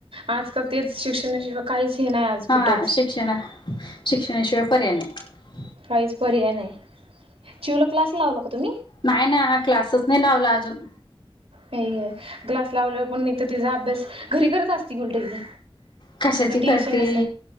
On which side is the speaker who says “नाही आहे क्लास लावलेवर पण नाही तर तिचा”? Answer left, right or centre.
Right